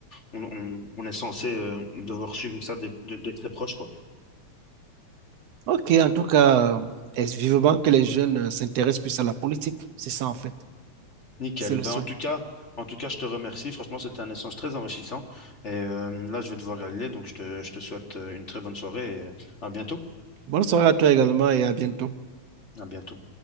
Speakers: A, on the left; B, on the right.
A: on, on- on est censé euh, devoir suivre ça de, de- de très proche, quoi.
B: Ok, en tout cas, est vivement que les jeunes euh, s'intéressent plus à la politique. C'est ça, en fait.
A: Nickel.
B: C'est le
A: Ben,
B: souhait.
A: en tout cas, en tout cas, je te remercie. Franchement, c'était un échange très enrichissant. Et euh, là, je vais devoir y aller, donc je te, je te souhaite euh, une très bonne soirée et euh, à bientôt.
B: Bonne soirée à toi également et à bientôt.
A: À bientôt.